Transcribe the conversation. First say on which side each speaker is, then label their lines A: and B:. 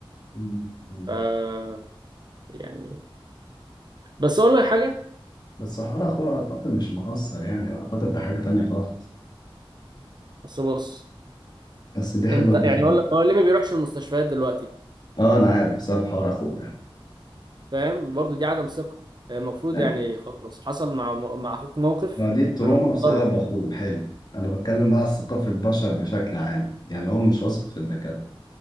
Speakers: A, on the left; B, on the right.
A: مم. لا.
B: ف يعني بس اقول لك حاجه
A: بس حوار أخوه أعتقد مش مقصر يعني أعتقد ده حاجة تانية خالص
B: بس بص
A: بس دي حاجة
B: انت
A: ودي
B: يعني
A: حاجة
B: اقول لك هو ليه ما بيروحش المستشفيات دلوقتي
A: اه انا عارف بسبب حوار اخوه ده
B: فاهم برضو دي عدم ثقه هي المفروض
A: ايوه
B: يعني خلاص حصل مع مع اخوك موقف
A: ما دي تروما
B: انا
A: بسبب
B: مقدره
A: اخوه حلو انا بتكلم بقى على الثقه في البشر بشكل عام يعني هو مش واثق في الدكاتره